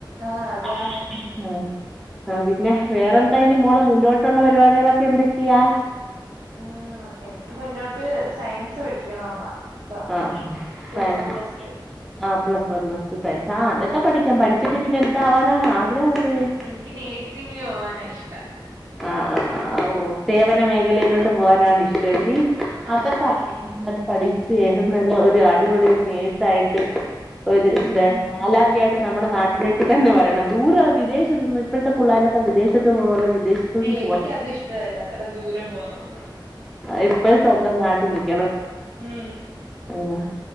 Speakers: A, on the right; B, in the centre.
A: ആഹ് അതാ
B: ആഹ് ആഹ് പിന്നെ വേറെന്താ ഇനി മോളെ മുന്നോട്ടുള്ള പരിപാടികളൊക്കെ എന്തൊക്കെയാ?
A: ഉം എനിക്ക് മുന്നോട്ട് സയൻസ് പഠിക്കണോന്നാ ഇപ്പം
B: ആഹ് ആ
A: plus
B: science
A: one plus two
B: ആ plus one plus two science ആ അതൊക്കെ പഠി ക്കാം പഠിച്ചിട്ട് പിന്നെ എന്താവാനാണ് ആഗ്രഹം അപ്പഴ്
A: എനിക്ക് നേഴ്സിങ്ങിന് പോവാണാ ഇഷ്ടം
B: ആഹ് ആഹ് ആ ഓ സേവന മേഖലയിലോട്ട് പോവാനാണ് ഇഷ്ട്ടൊങ്കി
A: ആഹ്
B: അതൊ
A: അതെ
B: <unintelligible> പഠിച്ച് നല്ല ഒരു അടിപൊളി ഒരു നേഴ്സായിട്ട് ഒരു
A: ഉം
B: ന്താണ് മാലാഖായിട്ട് ട്ട് നമ്മുടെ നാട്ടിലേക്ക് തന്നെ വരണം ദൂരേ വിദേശത്ത്ന്ന് ഇപ്പഴത്തെ പിള്ളോരൊക്കെ വിദേശത്ത് പോകാണ് വിദേശ ഇപ്പം പൂവ്വാ
A: എനിക്കത് ഇഷ്ടവല്ല അത്ര ദൂരെ
B: <unintelligible>
A: പോവുന്നതൊന്നും
B: സ്വന്തം നാട്ട് <unintelligible>
A: ഉം
B: ആഹ്